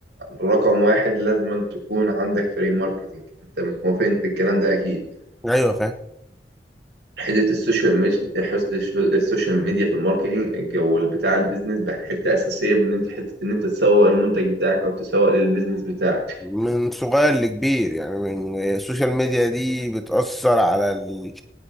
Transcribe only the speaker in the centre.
ايوه
من صغير لكبير يعني من السوشيال ميديا دي بتأثر على ال...